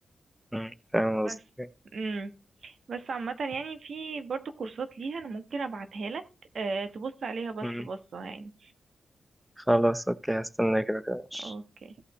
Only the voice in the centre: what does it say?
م، فاهم
قصدي؟
مم.
خلاص اوكي هستناك كده كده ماشي.